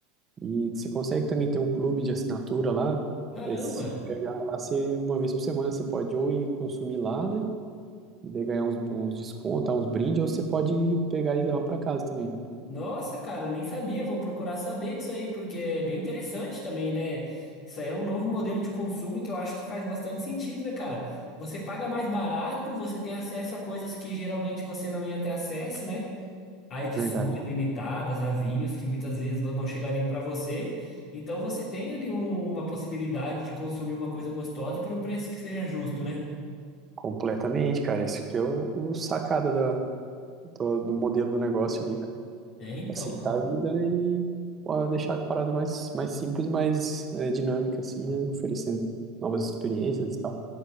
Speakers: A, on the right; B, on the left.
A: E você consegue também ter um clube de assinatura lá.
B: Caramba!
A: Daí se tu pegar lá, você, uma vez por semana você pode ou ir consumir lá, né? E daí ganhar uns, uns descontos, uns brindes, ou você pode pegar e levar para casa também, velho.
B: Nossa, cara, eu nem sabia. Vou procurar saber disso aí, porque é bem interessante também, né? Isso aí é um novo modelo de consumo que eu acho que faz bastante sentido, né, cara? Você paga mais barato, você tem acesso a coisas que geralmente você não ia ter acesso, né? A edições
A: Verdade.
B: limitadas, a vinhos que muitas vezes não chegariam para você. Então você tem ali um- uma possibilidade de consumir uma coisa gostosa para um preço que seja justo, né?
A: Completamente, cara. Isso que é o, o sacada da, do, do modelo do negócio ali, velho.
B: É, então.
A: facilitar a vida, né? E pô, deixar a parada mais, mais simples, mais é, dinâmica, assim, né? Oferecendo novas experiências e tal.